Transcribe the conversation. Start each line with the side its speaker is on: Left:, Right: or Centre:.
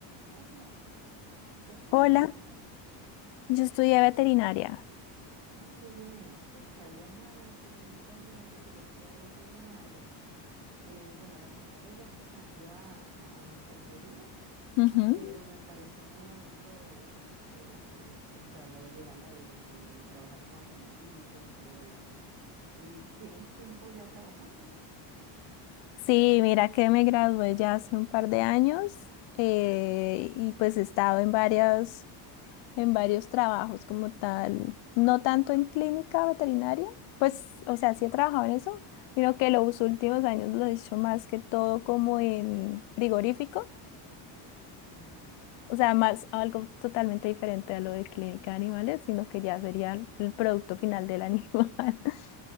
Right: Hola, ¿qué estudiaste
Left: Hola,
Right: tú?
Left: yo estudié veterinaria.
Right: Ah, qué bien. Este, había una sobrinita mía que quería estudiar veterinaria. Eh, bueno, a la final ella se cambió a, a enfermería,
Left: Ujú.
Right: pero me pareció muy bonito el, eh, el- o sea, la idea, ¿no? De, de trabajar con animalitos y todo eso. ¿Y tienes tiempo ya trabajando?
Left: Sí, mira que me gradué ya hace un par de años eh, y pues he estado en varias, en varios trabajos como tal, no tanto en clínica veterinaria, pues, o sea, sí he trabajado en eso, sino que los últimos años lo he hecho más que todo como en frigorífico,
Right: Ajá.
Left: o sea, más algo totalmente diferente a lo de clínica de animales, sino que ya sería el el producto final del animal. <laughs>